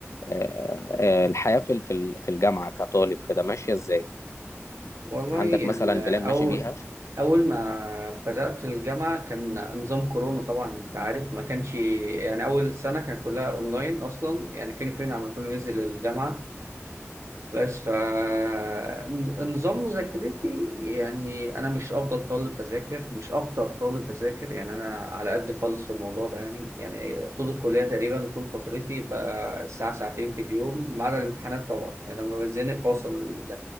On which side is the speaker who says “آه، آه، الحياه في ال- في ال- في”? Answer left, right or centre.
Left